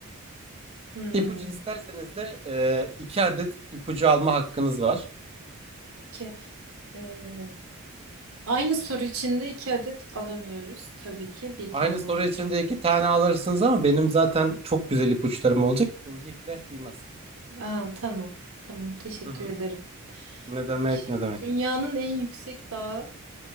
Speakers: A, on the right (about 80°); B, on the right (about 30°).
A: Hmm.
B: İpucu isterseniz de e, iki adet ipucu alma hakkınız var.
A: Ki, ee, aynı soru içinde iki adet alamıyoruz. Tabii ki bir
B: Aynı
A: tane
B: soru
A: olabilir.
B: için de iki tane alırsınız ama benim zaten çok güzel ipuçlarım olacak. İkinci ihtiyaç duymazsınız.
A: Aa, tamam. Tamam. Teşekkür
B: Hı hı.
A: ederim.
B: Ne demek
A: Şimdi
B: ne demek.
A: dünyanın en yüksek dağı.